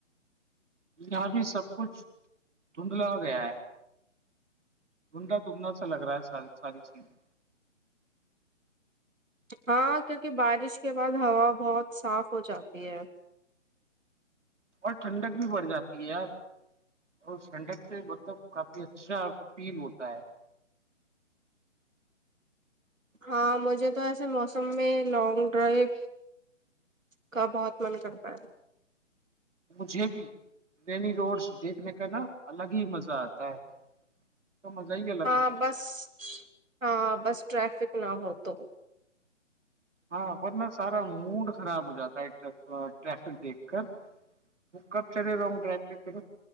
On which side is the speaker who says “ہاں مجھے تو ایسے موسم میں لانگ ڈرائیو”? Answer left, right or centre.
Right